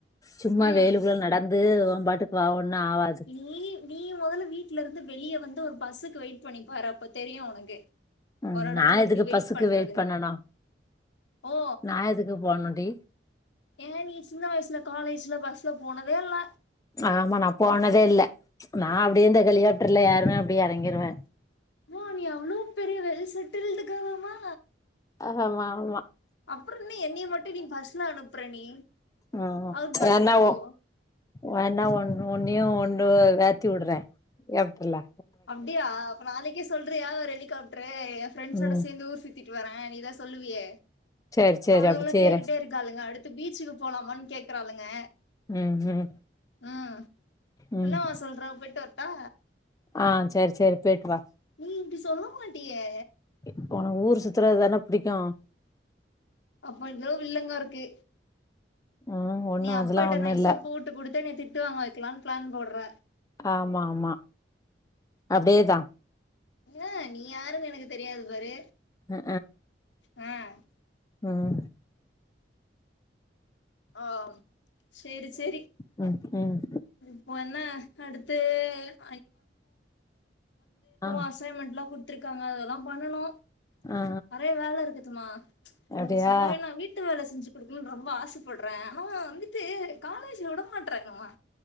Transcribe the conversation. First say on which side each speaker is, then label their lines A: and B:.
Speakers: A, on the left; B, on the left.
A: சும்மா
B: ம்
A: வெயிலுக்குள்ள நடந் து உன் பாட்டுக்கு வா ஒன்னு ஆவாது
B: நீ நீ மொதல்ல வீட்ல இருந்து வெளிய வந்து ஒரு பஸ்ஸுக்கு வெயிட் பண்ணிப்பாரு அப்ப தெரியு உனக்கு
A: ம்
B: ஒரு இடத்துல
A: நா
B: எப்டி
A: எதுக்கு
B: வெயிட்
A: பஸ்ஸுக்கு
B: பண்றது
A: பண்ணனு
B: ஓ
A: நா எதுக்கு போணுன்டி
B: ஏ நீ சின்ன வயசுல காலேஜ்ல பஸ்ல போனதே இல்ல
A: ஆமா நா போனதே இல்ல நா அப்டியே இந்த ஹெலிகாப்டர்ல ஏறுவே அப்டியே எறங்கிருவே
B: ஓ நீ அவ்வளோ பெரிய வெல் செட்டில்ட்டு கேர்ளாமா
A: ஆஹமா மா
B: அப்புறோ இன்னு என்னய மட்டு நீ பஸ்ல அனுப்புற நீ
A: ம்
B: அவுட் பஸ்ல
A: வேன்னாவோ
B: அதுவு
A: வேண்ணா ஒன்-ஒன்னயு ஒன்ன ஏத்தி விட்றே ஏப்புல்லா
B: அப்டியா அப்ப நாளைக்கே சொல்றியா ஒரு ஹெலிகாப்ட்ரு எ ஃப்ரெண்ட்ஸோட
A: ம்
B: சேந்து ஊர் சுத் த்திட்டு வரே நீதா சொல்லுவியே
A: சேரி சேரி
B: அவ்ளுகலா
A: அப்டி செய்றே
B: கேட்டுட்டே இருக்காளுங்க அடுத்து பீச்சுக்கு போலாமான் கேக்குறாளுங்க
A: ம் ம்
B: ம்
A: ம்
B: என்னமா சொல்ற போய்ட்டு வர்ட்டா
A: ஆ சரி சரி பேட்டு வா
B: நீ இப்டி சொல்ல மாட்டியே
A: இ உனக்கு ஊர் சுத்துறது தான பிடிக்கு
B: அப்ப ஏதோ வில்லங்கோ இருக்கு
A: ம் ஒண்ணு
B: நீ அப்பாட்ட
A: அதெல்லா ஒண்ணு
B: நைஸா
A: இல்ல
B: போட்டு குடுத்து என்னைய திட்டு வாங்க வைக்கலான் பிளான் போடுற
A: ஆமா ஆமா அப்டியேதா
B: அ நீ யாருன்னு எனக்கு தெரியாது பாரு
A: ம்ஹூ
B: ம்
A: ம்
B: ஆ சேரி சேரி
A: ம் ம்
B: இப்போ என்ன அடுத்து <unintelligible>
A: ஆ
B: அசைன்மெண்ட்லா குடுத்துருக்காங்க அதெல்லா பண்ணனு
A: ஆ ஆ
B: நெறைய வேல இருக்குதுமா ச் உனக்கு
A: அப்டியா
B: சும்மாவே நா வீட்டு வேல செஞ்சு குடுக்குணுன் ரொம்ப ஆசப்பட்றே ஆனா வந்துட்டு காலேஜ்ல விட மாட்றாங்கம்மா